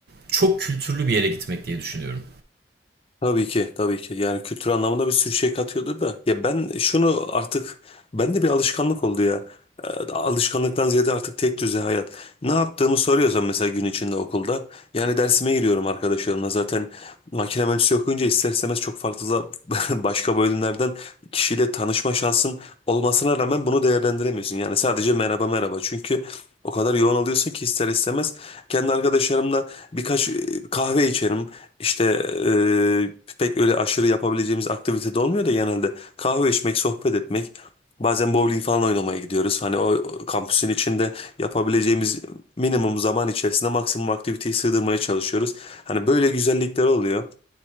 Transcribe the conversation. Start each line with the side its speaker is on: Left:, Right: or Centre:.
Right: Çok kültürlü bir yere gitmek diye düşünüyorum.
Left: Tabii ki, tabii ki. Yani kültür anlamında bir sürü şey katıyordur da. Ya ben şunu artık, bende bir alışkanlık oldu ya. E, Alışkanlıktan ziyade artık tek düze hayat. Ne yaptığımı soruyorsan mesela gün içinde okulda. Yani dersime giriyorum arkadaşlarımla. Zaten makine mühendisliği okuyunca ister istemez çok farklı da <laughs> başka bölümlerden kişiyle tanışma şansın olmasına rağmen bunu değerlendiremiyorsun. Yani sadece merhaba merhaba. Çünkü o kadar yoğun oluyorsun ki ister istemez. Kendi arkadaşlarımla birkaç e, kahve içerim. İşte e, pek öyle aşırı yapabileceğimiz aktivite de olmuyor da genelde kahve içmek, sohbet etmek, bazen bowling falan oynamaya gidiyoruz. Hani o o kampüsün içinde yapabileceğimiz minimum zaman içerisinde maksimum aktiviteyi sığdırmaya çalışıyoruz. Hani böyle güzellikler oluyor.